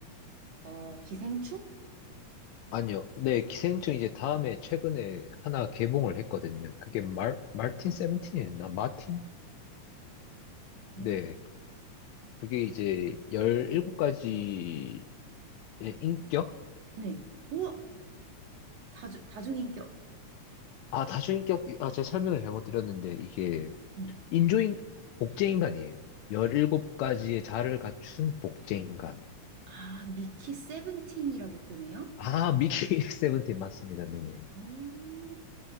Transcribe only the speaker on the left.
아니요. 네, 기생충 이제 다음에 최근에 하나 개봉을 했거든요. 그게 말, 말틴 세븐틴이었나? 마틴? 네.
그게 이제 17가지의 인격?
아, 다수인격, 아, 제가 설명을 잘못 드렸는데, 이게
인조인, 복제인간이에요. 17가지의 자아를 갖춘 복제인간.
아, 미키 <laughs> 세븐틴 맞습니다. 네네.